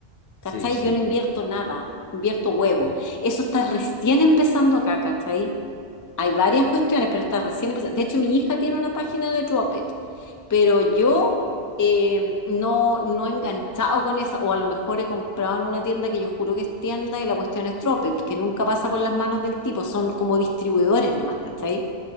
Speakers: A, on the left; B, on the left.
A: ¿Cachai?
B: sí, sí,
A: Yo no invierto nada, invierto huevo.
B: sí,
A: Eso está recién empezando acá, ¿cachai? Hay varias cuestiones, pero está recién empezando. De hecho, mi hija tiene una página de Drop It, pero yo eh, no, no he enganchado con esa, o a lo mejor he comprado en una tienda que yo juro que es tienda y la cuestión es Drop It, que nunca pasa por las manos del tipo, son como distribuidores nomás, ¿cachai?